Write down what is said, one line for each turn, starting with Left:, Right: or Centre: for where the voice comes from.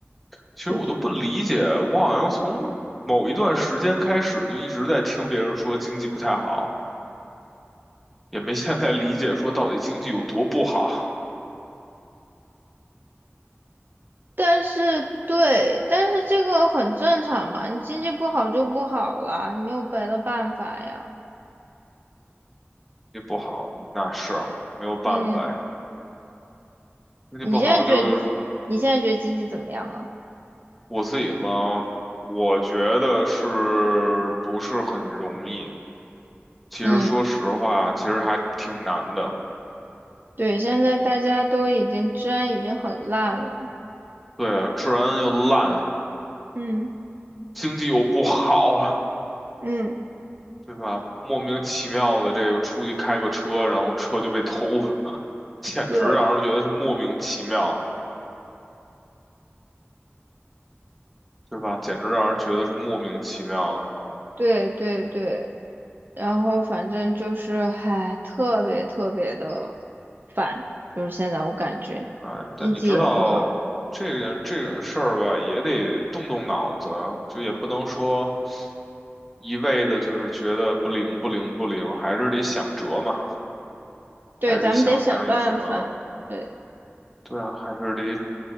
Centre: 其实我都不理解，
Right: 我觉
Centre: 我好像从某一段时间开始就一直在听别人说经济不太好。也没现在理解说到底经济有多不好，
Right: 但是对，但是这个很正常嘛，你经济不好就不好了，你没有别的办法呀，
Centre: 也不好，那是啊没有办法呀，
Right: 嗯，
Centre: 经济不好就
Right: 你现在觉得你现在觉得经济怎么样了？
Centre: 我自己嘛，我觉得是不是很容易？其实说实话，
Right: 嗯，
Centre: 其实还挺难的。
Right: 对，现在大家都已经治安已经很烂了。
Centre: 对啊，治安又烂，
Right: 嗯
Centre: 经济又不好，
Right: 嗯，
Centre: 对吧？莫名其妙的这个出去开个车，然后车就被偷，<laughs> 简直让人觉得是莫名其妙，
Right: 对
Centre: 对吧？简直让人觉得是莫名其妙的。
Right: 对对对，然后反正就是还特别特别的烦，就是现在我感觉
Centre: 哎，但你知道这个这种事儿吧，
Right: 经济也不好。
Centre: 也得动动脑子，就也不能说一味的就是觉得不灵不灵不灵，还是得想辙嘛，
Right: 对，
Centre: 还是得想想有什么，
Right: 咱们得想办法。对，
Centre: 对啊，还是得